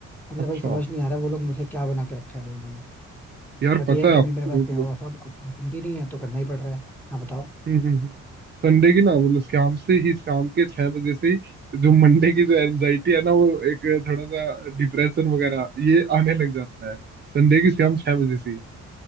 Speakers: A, in the centre; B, on the right.
A: मतलब
B: अच्छा
A: भाई समझ नहीं आ रहा वो लोग मुझे क्या बना के रखा है भाई उन्होंने
B: यार
A: बट
B: पता
A: ये है कि
B: है आपको
A: अभी मेरे पास
B: मतलब
A: कहीं और ऑफर अपॉर्चुनिटी नहीं है तो करना ही पड़ रहा है हाँ बताओ
B: हम्म हम्म, हम्म। संडे की ना मतलब शाम से ही शाम के छह बजे से ही जो मंडे की जो एनजाइटी है ना वो एक थोड़ा सा डिप्रेशन वगैरह ये आने लग जाता है संडे की शाम छह बजे से ही